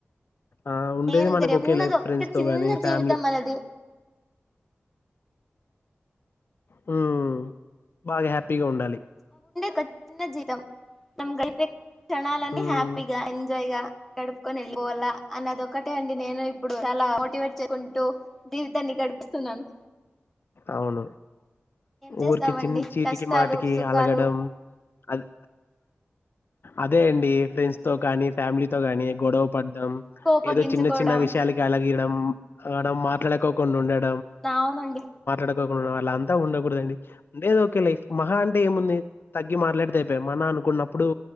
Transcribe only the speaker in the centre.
నేను
ఉన్నది
ఒక్క
చిన్న
జీవితం మనది
క చిన్న జీతం నమ్ గైపే క్షణాలన్నీ
హ్యాపీగా ఎంజాయ్ గా గడుపుకొని వెళ్ళిపోవాలా అన్నదొక్కటే అండి నేను ఇప్పుడు చాలా మోటివేట్ చేసుకుంటూ జీవితాన్ని గడిపేస్తున్నాను
చేస్తామండి
కష్టాలు
సుఖాలు
కోపగించుకోవడం
టావునండి